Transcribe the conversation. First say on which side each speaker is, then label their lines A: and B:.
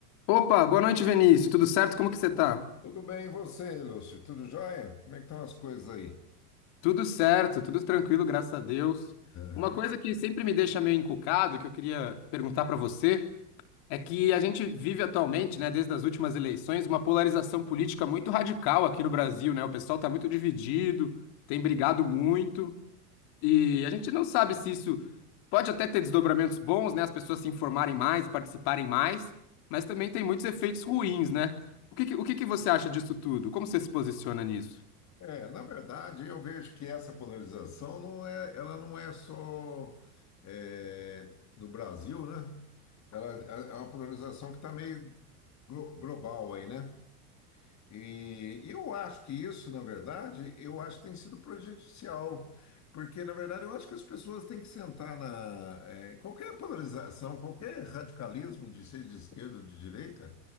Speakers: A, on the left; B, on the left.
A: Opa, boa noite, Vinícius. Tudo certo? Como que você tá?
B: Tudo bem, e você, Lúcio? Tudo jóia? Como é que estão as coisas aí?
A: Tudo certo, tudo tranquilo, graças a Deus.
B: Aham.
A: Uma coisa que sempre me deixa meio encucado, que eu queria perguntar pra você, é que a gente vive atualmente, né, desde as últimas eleições, uma polarização política muito radical aqui no Brasil, né? O pessoal tá muito dividido, tem brigado muito. E a gente não sabe se isso pode até ter desdobramentos bons, né? As pessoas se informarem mais e participarem mais, mas também tem muitos efeitos ruins, né? O que que- o que que você acha disso tudo? Como você se posiciona nisso?
B: É, na verdade, eu vejo que essa polarização não é, ela não é só é, no Brasil, né? Ela é é uma polarização que está meio glo- global aí, né? E eu acho que isso, na verdade, eu acho que tem sido prejudicial, porque, na verdade, eu acho que as pessoas têm que sentar na. eh, qualquer polarização, qualquer radicalismo, de ser de esquerda ou de direita,